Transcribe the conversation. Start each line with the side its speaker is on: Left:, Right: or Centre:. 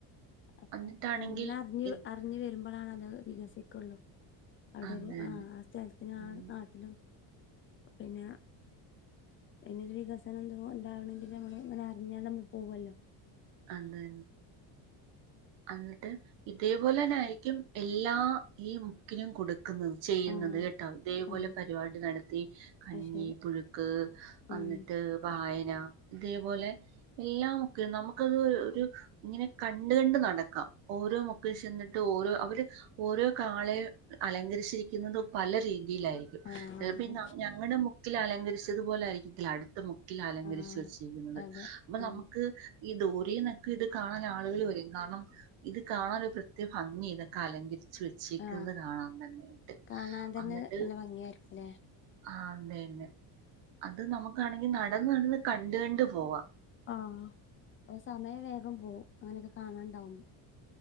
Left: അപ്പ
Right: എന്നിട്ടാണെങ്കിൽ
Left: അങ്ങനെ അറി
Right: ഇത്
Left: അറിഞ്ഞഞ് വരുമ്പോ ബണാനക സ കൊള്ളോ അവിടെ
Right: അത്
Left: ഒരു
Right: തന്നെ
Left: ആഹ ആ സ്ഥലത്തിനും ആ
Right: ഉം
Left: നാട്ടിനും പി പിാ ഇരു വികസനംന്ത ഉണ്ടാവണെങ്കിൽ നമ്മള് ഇങ്ങനെ അറിഞ്ഞാൽ നമ്മൾ പോവല്ലോ
Right: അന്ത എന്നിട്ട് ഇതേപോലെ തന്നെ ആയിരിക്കും എല്ലാ ഈ മുക്കിനും കൊടുക്കും ചെയ്യുന്നത്
Left: ആ
Right: കേട്ട ഇതേപോലെ
Left: ആ
Right: പരിപാടി നടത്തി കഞ്ഞി
Left: അത് ശരി
Right: പുഴുക്ക്
Left: ഉം
Right: എന്നിട്ട് വായന ഇതേപോലെ എല്ലാം ഒക്കെ നമുക്കത് ഇങ്ങനെ കണ്ട കണ്ട് നട ഓരോക്ക ചെന്നിട്ട് ഓോ അവ ഓരോ കാളെ അലങ്കരിച്ചിരിക്ക രീതിയിലായിരിക്കും
Left: ആ
Right: ചിലപ്പ
Left: അത്
Right: ഞങ്ങളുടെ മു അലങ്കരിച്ചതുപോലൊയിരിക്കും അടുത്ത മു അലങ്കരിച്ച
Left: ആ
Right: വെച്ചിരിക്കുന്നത്
Left: അതെ
Right: അപ്പൊ
Left: ആ
Right: നമുക്ക് ഈ ദോരി എന്നൊക്കെ ഇത് കാണാൻ ആളുക വരയും കാരണം ഇത് കാണാൻൊ ഒരു പ്രത്യേക ഭംഗി ഇതൊക്കെ അലങ്കരി ചച്ിക്കുന്നത്
Left: ആ
Right: കാണാാം തന്നൊയിട്ട്
Left: കാണാൻ തന്നെ
Right: എന്നിട്ട്
Left: നല്ല ഭംഗിയായിരിക്കുംല്ലേ
Right: ആ അന്തേന്നെ അത് നമുക്കാണെങ്കി നടന്ന നടന്ന് കണ്ടുകണ്ട്ു പോവാ
Left: ആഹ അ സമയം വേ ന്പോൾ അങ്ങനെയൊക്കെ കാണാനണ്ടാവും